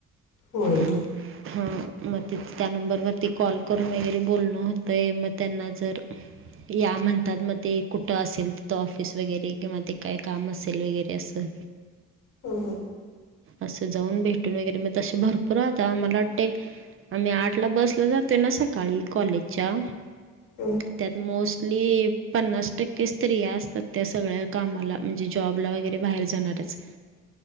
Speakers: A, on the left; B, on the right.
A: होय
B: मग. हा मग त्या नंबरवरती कॉल करून वगैरे बोलण होतय. मग त्यांना जर
A: <inaudible>
B: या म्हणतात मग ते कुठं असेल त ऑफिस वगैरे किंवा ते काय काम असेल वगैरे असं
A: हो ह.
B: असं जाऊन भेटून वगैरे मग ते भरपूर राहता आमला वाटते. आम्ही आठला बसल जातोय ना सकाळी कॉलेजच्या.
A: हम.
B: त्यात मोस्टली पन्नास टक्के स्त्रिया असतात, त्या सगळ्या कामाला. म्हणजे जॉबला वगैरे बाहेर जाणारच.